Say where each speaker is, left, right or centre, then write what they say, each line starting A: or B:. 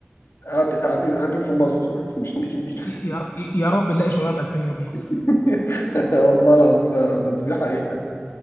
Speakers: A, on the left; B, on the left.
A: قاعد- قاعدين قاعدين في مصر <laughs> مش مش مش
B: ي- يا يا رب نلاقي شغلانه ب 2000 جنيه في مصر
A: <laughs> والله العظيم ده ده- دي حقيقه